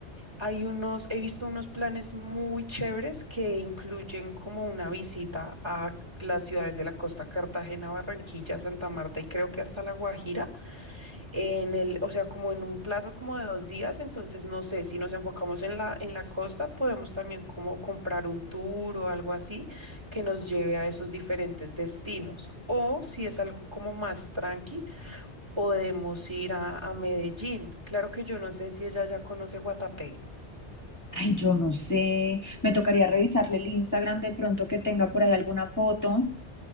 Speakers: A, on the right; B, on the left.
A: Hay unos, he visto unos planes muy chéveres que incluyen como una visita a las ciudades de la costa, Cartagena, Barranquilla, Santa Marta y creo que hasta La Guajira, en el, o sea, como en un plazo como de dos días. Entonces, no sé, si nos enfocamos en la, en la costa, podemos también como comprar un tour o algo así que nos lleve a esos diferentes destinos. O si es algo como más tranqui, podemos ir a, a Medellín. Claro que yo no sé si ella ya conoce Guatapé.
B: Ay, yo no sé, me tocaría revisarle el Instagram de pronto que tenga por ahí alguna foto.